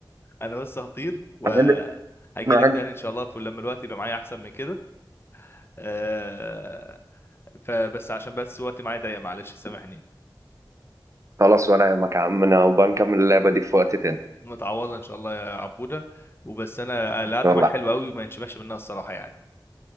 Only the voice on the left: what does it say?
انا بس هطير وهجي
لك
تاني ان شاء الله لما الوقت يبقى معايا احسن من كده آه، فبس عشان بس وقتي معايا ضيق معلش سامحني
م-
متعوضة ان شاء الله يا عبودة وبس انا القعدة
معاك حلوة قوي وما يتشبعش منها الصراحة يعني